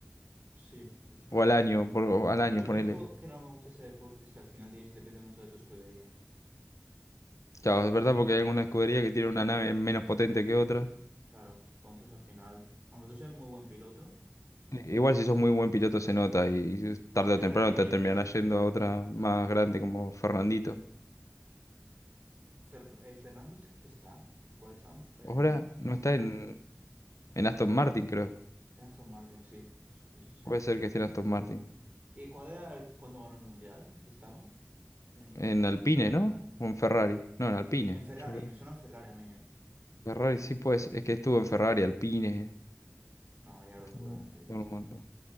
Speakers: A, on the right; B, on the left.
A: Sí, literalmente.
B: O al año, por, o al año,
A: Lo
B: ponele.
A: único que no me gusta de ese deporte es que al final tienes depende mucho de tu escudería.
B: Claro, es verdad porque hay alguna escudería que tiene una nave menos potente que otra.
A: Claro, entonces al final, aunque tú seas muy buen piloto,
B: Igual si sos muy buen piloto se nota y tarde
A: ya,
B: o temprano
A: sí,
B: te
A: al
B: terminarás
A: final sí.
B: yendo a otra más grande como Fernandito.
A: Fer- eh, Fernando, ¿qué está? ¿En ¿Cuál está? En
B: Ahora no está en, en Aston Martin, creo.
A: en Aston Martin, sí. Sí, sí, sí.
B: Puede ser que esté en Aston Martin.
A: ¿Y cuál era el- cuando ganó el Mundial? ¿En qué estaba? En,
B: En Alpine, ¿no? O en Ferrari. No, en Alpine,
A: en Ferrari,
B: yo creo.
A: me suena en Ferrari a mí, ¿eh?
B: Ferrari sí pues Es que estuvo en Ferrari, Alpine.
A: No, vaya locura,
B: estuvo
A: te digo,
B: en un
A: sí.
B: montón.